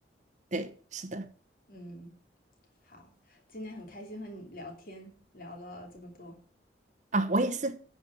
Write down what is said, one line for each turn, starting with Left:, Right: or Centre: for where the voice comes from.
Right: 对，是的，
Left: 嗯，好，今天很开心和你聊天，聊了这么多。
Right: 啊，我也是。